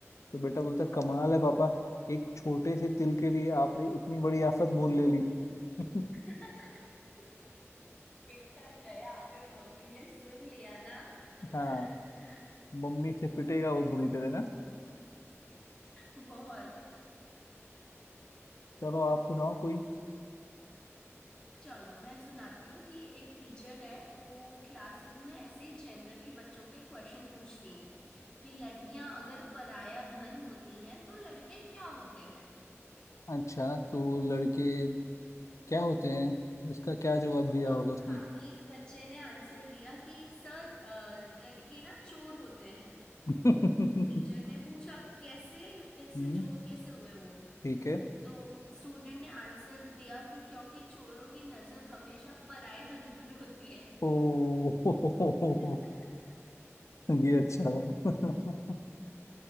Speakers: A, on the left (about 75°); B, on the left (about 15°).
A: तो बेटा बोलता कमाल है पापा एक छोटे से तिल के लिए आपने इतनी बड़ी आफत मोल ले ली <laughs>
B: <laughs> बेटा गया अगर मम्मी ने सुन लिया ना
A: हाँ
B: <laughs>
A: मम्मी से पिटेगा वो बुरी तरह ना
B: बहुत
A: चलो आप सुनाओ कोई
B: चलो मैं सुनाती हूँ कि एक टीचर है वो क्लासरूम में ऐसे ही जनरली बच्चों के क्वेश्चन पूछती हैं कि लड़कियां अगर पराया धन होती हैं तो लड़के क्या होते हैं
A: अच्छा तो लड़के क्या होते हैं इसका क्या जवाब
B: तो
A: दिया
B: ग,
A: होगा उसने
B: हाँ एक बच्चे ने आंसर दिया कि सर अ, लड़के ना चोर होते हैं
A: <laughs>
B: तो टीचर ने पूछा कैसे कैसे
A: हम्म
B: चोर कैसे हुए वो
A: ठीक है
B: तो स्टूडेंट ने आंसर दिया कि क्योंकि चोरों की नजर हमेशा पराये धन पर होती है
A: ओ <laughs>
B: <laughs>
A: ये अच्छा था <laughs>